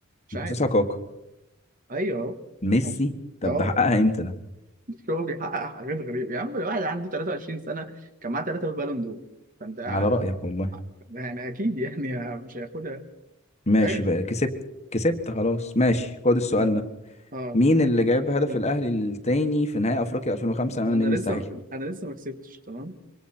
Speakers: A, on the right; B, on the left.
A: مش عارف
B: مش حاسسها كاكا
A: أيوه أهو
B: ميسي
A: مش-
B: طب
A: أه
B: ده حققها امتى ده
A: هو بيحقق حاجات غريبة يا عم الواحد عنده 23 سنة كان معاه ثلاثة بالون دور فأنت ع-
B: على رأيك والله
A: ع- يعني أكيد يعني مش هياخدها
B: ماشي
A: يعني-
B: بقى كسبت كسبت خلاص ماشي خد السؤال
A: مم.
B: ده
A: اه
B: مين اللي جايب هدف
A: لا.
B: الاهلي التاني في نهائي افريقيا 2005 امام
A: انا
B: النجم الساحلي
A: لسه انا لسه ما كسبتش تمام